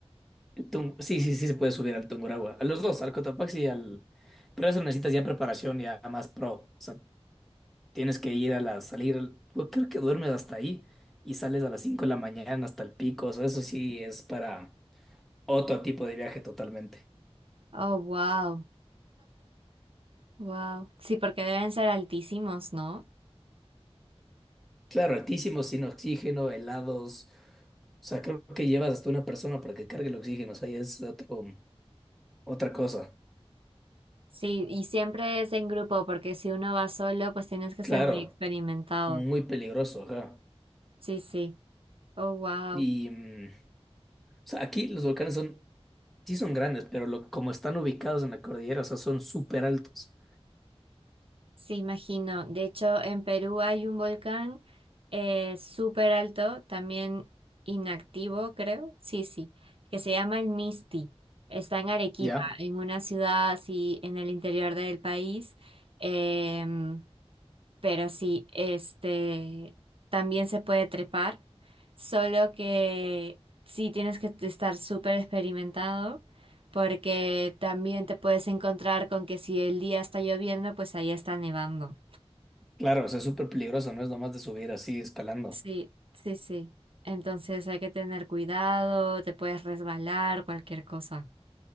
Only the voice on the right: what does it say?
Oh, wow, wow. Sí, porque deben ser altísimos, ¿no?
Sí, y siempre es en grupo, porque si uno va solo, pues tienes que
ser muy experimentado.
Sí, sí. Oh, wow.
Sí, imagino. De hecho, en Perú hay un volcán eh, súper alto, también inactivo, creo. Sí, sí, que se llama el Misti. Está en Arequipa,
en una ciudad así en el interior del país. Em, pero sí, este también se puede trepar, solo que sí tienes que estar súper experimentado, porque también te puedes encontrar con que si el día está lloviendo, pues ahí está nevando.
Sí, sí, sí. Entonces hay que tener cuidado, te puedes resbalar, cualquier cosa.